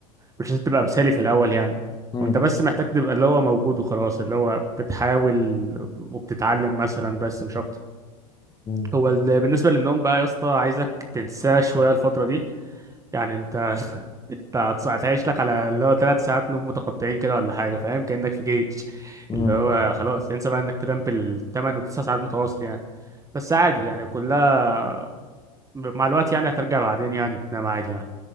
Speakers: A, on the right (about 15°); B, on the left (about 25°).
A: مش لازم تبقى مثالي في الأول يعني
B: مم،
A: وانت بس محتاج تبقى اللي هو موجود وخلاص اللي هو بتحاول وبتتعلم مثلا بس مش أكتر
B: مم،
A: هو ال- بالنسبة للنوم بقى يا اسطى عايزك تنساه شوية الفترة دي يعني انت <laughs> انت هتص- هتعيش لك على اللي هو ثلاث ساعات نوم متقطعين كده ولا حاجة فاهم كأنك في جيش
B: مم،
A: اللي هو خلاص انسى بقى انك تنام بالثمان وتسع ساعات متواصل يعني بس عادي يعني كلها ب- مع الوقت يعني هترجع بعدين يعني تنام عادي يعني